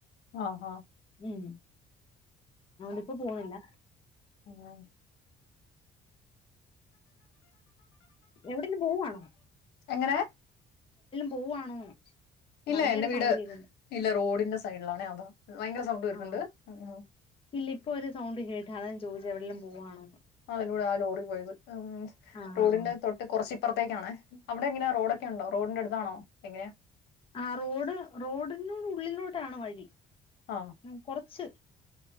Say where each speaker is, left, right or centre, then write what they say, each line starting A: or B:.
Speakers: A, on the left; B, on the left.
A: ആ ആ
B: ഉം അതോണ്ട്പ്പൊ പോന്നില്ല
A: ഉം
B: എവിടെന്ന് പോവുവാണോ
A: എങ്ങനെ
B: പോവാണോന്ന്
A: ഇല്ല
B: വണ്ടിയുടെ
A: എന്റെ
B: സൗണ്ട്
A: വീട്
B: കേക്കുന്നു
A: ഇല്ല റോഡിന്റെ സൈഡിലാണേ അതാ ഭയങ്കര സൗണ്ട് വരുന്നുണ്ട്
B: ആ
A: ഉം ഉം.
B: ഇല്ല ഇപ്പൊ ഒരു സൗണ്ട് കേട്ടാ അതാ ഞൻ ചോദിച്ച എവിടെലും പോവാണോ
A: അ അതിലൂടെ ആ ലോറി പോയത് ഉം
B: ആ
A: റോഡിന്റെ
B: ആ
A: തൊട്ട് കുറച്ച് ഇപ്പുറത്തേക്കാണേ അവിടെ എങ്ങനെ റോഡൊക്കെ ഉണ്ടോ റോഡിന്റെ അടുത്താണോ എങ്ങനാ
B: ആ റോഡ് റോഡിനോട് ഉള്ളിലോട്ട ആണ് വഴി
A: ആ
B: ഉം കൊറച്ചു